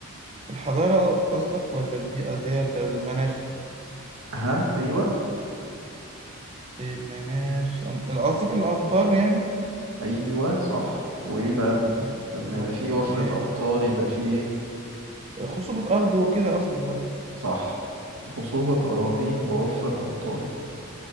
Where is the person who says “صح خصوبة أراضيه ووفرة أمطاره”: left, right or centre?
Right